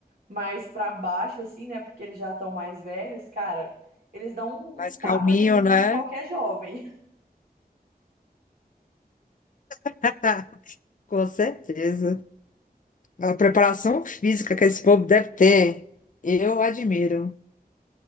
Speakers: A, on the right; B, on the left.
A: mais para baixo assim, né? Porque eles já estão mais velhos, cara. Eles dão um,
B: Mais
A: um tapa
B: calminho,
A: de luva
B: né?
A: em qualquer jovem. <laughs>
B: <laughs> Com certeza. A preparação física que esse povo deve ter, eu admiro.